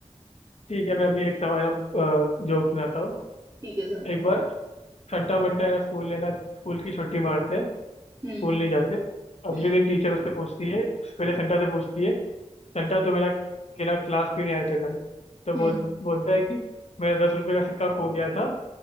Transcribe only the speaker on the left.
ठीक है मैं अभी एक सवाल अब जोक सुनाता हूँ
एक बार संटा बंटा है ना स्कूल लेना स्कूल की छुट्टी मारते हैं स्कूल
नहीं जाते अगले
दिन टीचर उससे पूछती है पहले संटा से पूछती है संटा तुम है ना कि ना क्लास क्यों नहीं आए थे कल तो बोल
बोलता है कि मेरा दस रुपये का सिक्का खो गया था